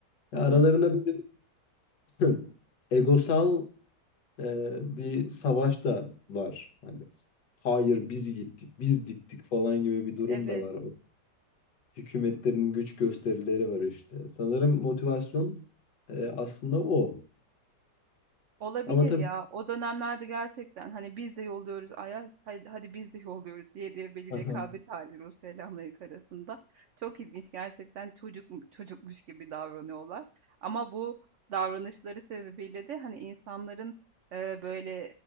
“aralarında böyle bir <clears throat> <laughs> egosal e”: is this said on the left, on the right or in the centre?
Left